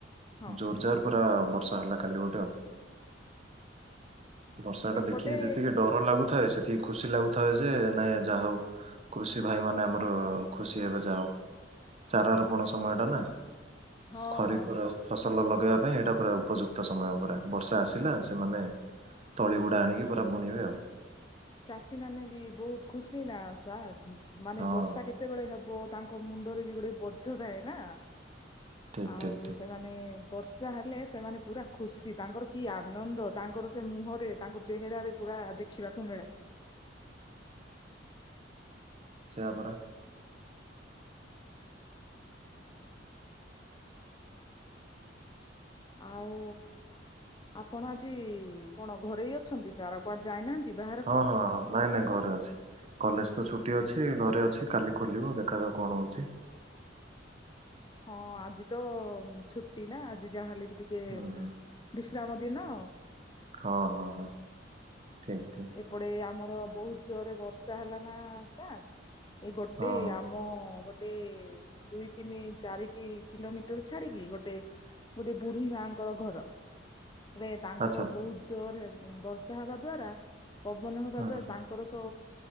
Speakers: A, on the left; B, on the right.
A: ହଁ
B: ଜୋରଜାର ପୁରା ବର୍ଷା ହେଲା କାଲି ଗୋଟେ ଆଉ। ବର୍ଷା ଟା
A: ଏପଟେ
B: ଦେଖିକି ଯେତିକି ଡର ଲାଗୁଥାଏ ସେତିକି ଖୁସି ଲାଗୁଥାଏ ଯେ ନାଇଁ ଯାହା ହଉ କୃଷି ଭାଇ ମାନେ ଆମର ଖୁସି ହେବେ ଯାହା ହଉ। ଚାରା ରୋପଣ ସମୟ ଟା ନା
A: ହଁ
B: ଖରିଫ
A: ହଁ ହଁ।
B: ଫସଲ ଲଗେଇବା ପାଇଁ ଏଇଟା ପୁରା ଉପଯୁକ୍ତ ସମୟ ପୁରା ବର୍ଷା ଆସିଲା ସେମାନେ ତଳି ଗୁଡା ଆଣିକି ପୁରା ବୁଣିବେ ଆଉ।
A: ଚାଷୀ ମାନେ ବି ବହୁତ ଖୁସି ନା ସାର୍ ମାନେ
B: ହଁ
A: ବର୍ଷା କେତେବେଳେ ହବ? ତାଙ୍କ ମୁଣ୍ଡରେ ବି ଗୋଟେ ବୋଝ ଥାଏ ନା
B: ଠିକ୍
A: ଆଉ
B: ଠିକ୍ ଠିକ୍
A: ସେମାନେ ବର୍ଷା ହେଲେ ସେମାନେ ପୁରା ଖୁସି ତାଙ୍କର କି ଆନନ୍ଦ ତାଙ୍କର ସେ ମୁହଁରେ ତାଙ୍କ ଚେହେରାରେ ପୁରା ଦେଖିବାକୁ ମିଳେ।
B: ସେଇଆପରା।
A: ଆଉ ଆପଣ ଆଜି କଣ ଘରେ ହିଁ ଅଛନ୍ତି ସାର୍ ଆଉ କୁଆଡେ ଯାଇନାହାନ୍ତି? ବାହାରକୁ?
B: ହଁ ହଁ ହଁ ନାଇଁ ନାଇଁ ଘରେ ଅଛି। କଲେଜ ତ ଛୁଟି ଅଛି ଘରେ ଅଛି କାଲି ଖୋଲିବ ଦେଖାଯାଉ କଣ ହଉଛି?
A: ହଁ ଆଜି ତ ଛୁଟି ନା ଆଜି ଯାହାହେଲେ ବି ଟିକେ
B: ହୁଁ ହୁଁ।
A: ବିଶ୍ରାମ ଦିନ।
B: ହଁ ହଁ ହଁ। ଠିକ୍ ଠିକ୍
A: ଏପଟେ ଆମର ବହୁତ ଜୋରରେ ବର୍ଷା ହେଲା ନା ସାର୍। ଏଇ ଗୋଟେ
B: ହଁ ହଁ
A: ଆମ ଗୋଟେ ଦୁଇ ତିନି ଚାରି କି କିଲୋମିଟର ଛାଡିକି ଗୋଟେ ଗୋଟେ ବୁଢୀ ମାଙ୍କର ଘର। <inaudible> ହେଲେ ତାଙ୍କର
B: ଆଚ୍ଛା
A: ବହୁତ ଜୋର ବର୍ଷା ହବା ଦ୍ଵାରା ପବନ ହବା
B: ହୁଁ
A: ଦ୍ଵାରା
B: ହୁଁ
A: ତାଙ୍କର ସ